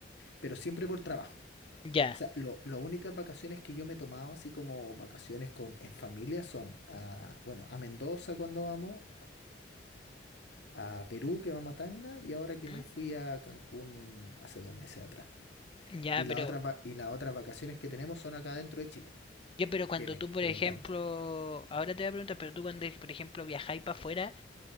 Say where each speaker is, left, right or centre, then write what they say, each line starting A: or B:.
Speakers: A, on the left; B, on the left.
A: pero siempre por trabajo.
B: Ya.
A: O sea, lo, las únicas vacaciones que yo me he tomado, así como vacaciones con, en familia, son a, bueno, a Mendoza cuando vamos, a Perú, que va a Matacna, y ahora que
B: ¿Mm?
A: me fui a Cancún hace dos meses atrás.
B: Ya,
A: Y las
B: pero,
A: otras, va- y las otras vacaciones que tenemos son acá dentro de Chile,
B: ya, pero cuando
A: que me,
B: tú, por
A: que
B: ejemplo,
A: me encanta.
B: ahora te voy a preguntar, pero tú cuando, por ejemplo, viajáis para afuera,